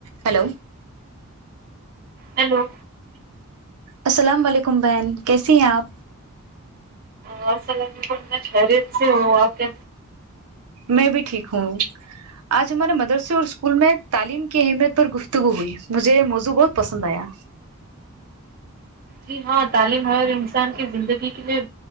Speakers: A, on the right (about 85°); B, on the right (about 40°).
A: hello
B: hello
A: السلام علیکم بہن کیسی ہیں آپ
B: ہل خیریت سے ہو آپ کی
A: میں بھی ٹھیک ہوں آج ہمارے مدرسے اور اسکول میں تعلیم کی اہمیت اور گفتگو ہوئی مجھے موضوع بہت پسند آیا
B: جی ہاں تعلیم ہمر انسان کی زندگی کے لیے